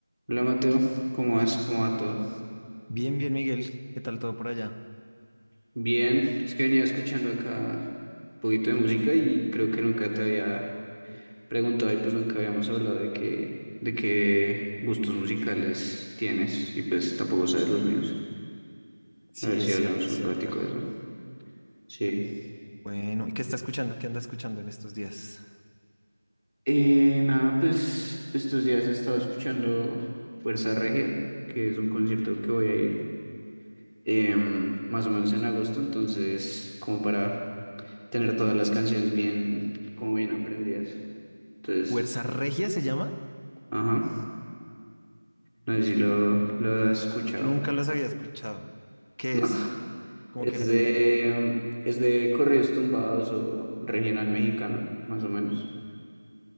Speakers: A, on the right; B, on the left.
A: Hola Mateo, ¿cómo vas? ¿Cómo va todo?
B: Bien, bien, Miguel. ¿Qué tal todo por allá?
A: Bien, es que venía escuchando acá un poquito de música y creo que nunca te había preguntado y pues nunca habíamos hablado de qué, de qué gustos musicales tienes y pues tampoco sabes los míos.
B: Sí,
A: A ver si
B: es cierto,
A: hablamos
B: es
A: un
B: cierto.
A: ratico de eso. Sí.
B: Bueno, ¿y qué está escuchando? ¿Qué anda escuchando en estos días?
A: Eh, nada, pues estos días he estado escuchando Fuerza Regia, que es un concierto que voy a ir em, más o menos en agosto, entonces como para tener todas las canciones bien, como bien aprendidas. Entonces,
B: ¿Fuerza Regia se llama?
A: ajá, no sé si lo, lo has escuchado,
B: Nunca los había escuchado. ¿Qué
A: ¿no? <laughs>
B: es? ¿Cómo
A: Es
B: qué género
A: de,
B: es?
A: es de corridos tumbados o regional mexicano, más o menos.